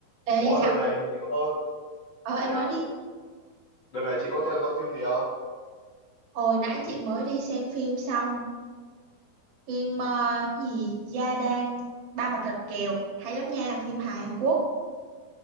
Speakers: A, on the right; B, on the left.
A: Ê,
B: Ủa
A: dạ,
B: đợt này chị có
A: ờ em
B: nhỉ à?
A: nói đi.
B: Đợt này chị có theo dõi phim gì không?
A: Hồi nãy chị mới đi xem phim xong, phim ờ, gì Gia Đang Ba Mặt Rạch Kèo, hay lắm nha, phim hài Hàn Quốc.